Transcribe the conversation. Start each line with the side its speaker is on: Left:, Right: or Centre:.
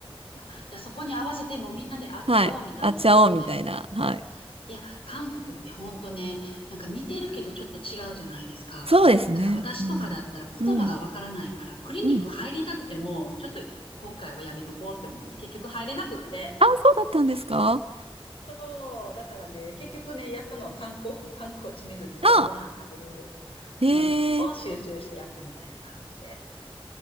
Left: あじゃあそこに合わせてもうみんなで会っちゃおうみたいな感じで。
Right: はい。あっちゃおうみたいな。はい。
Left: いや、韓国ってほんとね、なんか似てるけどちょっと違うじゃないですか。
Right: そうですね。
Left: だから私とかだったら言葉がわからないから、
Right: うん。うん。
Left: クリニック入りたくても、
Right: うん。
Left: ちょっと今回はやめとこうって思って、結局入れなくって。
Right: あ、そうだったんですか
Left: そう、だからね、結局ね、やったのは観光、<laughs> 観光地巡りとご飯食べる
Right: あ、へ
Left: のを集中してやったみたいな感じで。
Right: え。